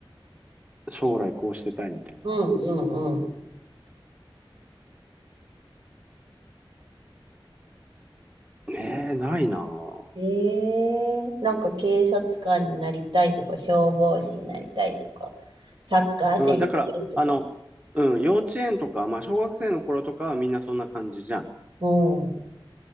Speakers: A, on the right (about 15°); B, on the right (about 65°).
A: 将来こうしてたいみたいな。
B: うん、うん、うん。
A: ねえ、ないな。
B: ええー、なんか警察官になりたいとか、消防士になりたいとか、サッカー選手とか。
A: うん、だから、あの、うん、幼稚園とか、まあ、小学生の頃とかはみんなそんな感じじゃん。
B: うん。